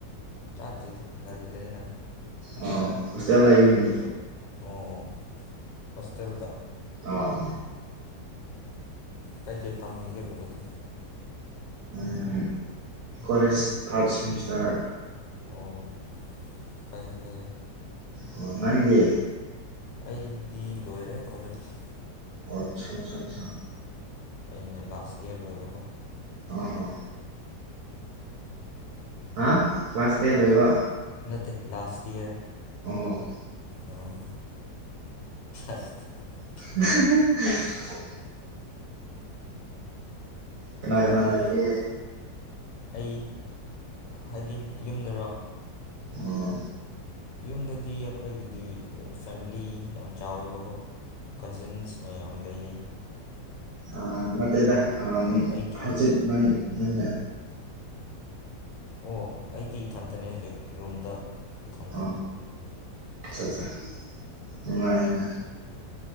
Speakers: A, on the left; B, on the right.
A: ꯆꯥꯗ꯭ꯔꯤꯗ ꯉꯜꯂꯦ ꯅꯪ
B: ꯑ ꯍꯣꯁꯇꯦꯜ ꯂꯥꯛꯕꯤꯅꯤ
A: ꯑꯣ ꯍꯣꯁꯇꯦꯜꯗ
B: ꯑꯥ
A: ꯀꯩꯀꯩ ꯇꯝꯃꯤꯒꯦꯕꯣꯗꯤ
B: ꯎꯝ ꯀꯂꯦꯖ ꯊꯥꯔꯗ ꯁꯤꯃꯤꯁꯇꯔ
A: ꯑꯣ ꯐꯩ ꯐꯩꯌꯦ
B: ꯑꯣ ꯅꯪꯗꯤ
A: ꯑꯩꯗꯤ ꯂꯣꯏꯔꯦ ꯀꯣꯂꯦꯖ
B: ꯑꯆꯥ ꯑꯆꯥꯆꯥ ꯑꯆꯥ
A: ꯑꯩꯅ ꯂꯥꯁ ꯏꯌꯥꯔ ꯂꯣꯏꯕ ꯐꯥꯎ
B: ꯑꯣ ꯍꯣ ꯑ ꯀ꯭ꯂꯥꯁ ꯇꯦꯟ ꯔꯣꯏꯕ
A: ꯅꯠꯇꯦ ꯂꯥꯁ ꯏꯌꯔ
B: ꯑ ꯍꯣꯣ
A: ꯑꯣ <unintelligible> <inaudible>
B: <unintelligible> <inaudible> ꯀꯅꯥꯒꯅꯥꯦ
A: ꯕ꯭ꯔꯣꯗꯤ ꯑꯩ ꯍꯥꯏꯗꯤ ꯌꯨꯝꯗꯔꯣ
B: ꯑꯣ
A: ꯌꯨꯝꯗꯗꯤ ꯑꯩꯈꯣꯏꯒꯤꯗꯤ ꯐꯦꯃꯤꯂꯤ ꯌꯥꯝ ꯆꯥꯎꯋꯦꯕꯀꯣ ꯀꯖꯤꯟꯁ ꯃꯌꯥꯝ ꯂꯩ
B: ꯑ ꯅꯠꯇꯦꯗ
A: ꯑꯩꯒꯤ
B: ꯍꯧꯖꯤꯛ ꯅꯪ ꯅꯪꯅ
A: ꯑꯣ ꯑꯩꯗꯤ ꯏꯊꯟꯇꯅꯦ ꯍꯧꯖꯤꯛ ꯔꯨꯝꯗ ꯏꯊꯟꯇꯅꯦ
B: ꯑ ꯑ ꯑꯠ
A: ꯎꯝ
B: ꯅꯨꯡꯉꯥꯏꯅ